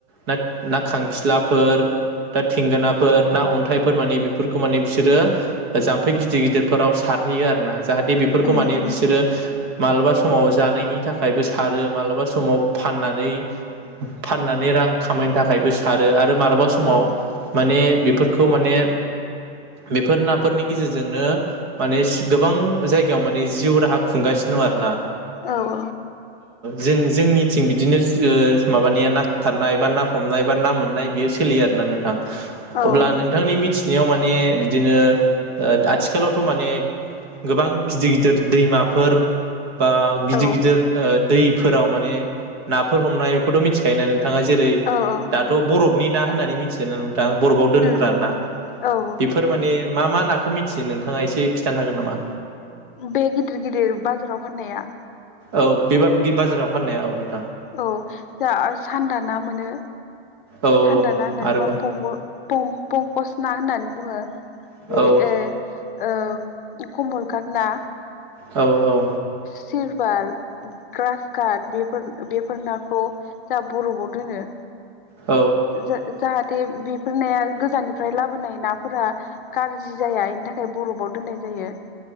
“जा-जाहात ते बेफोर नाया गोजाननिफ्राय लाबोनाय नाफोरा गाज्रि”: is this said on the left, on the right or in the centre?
Left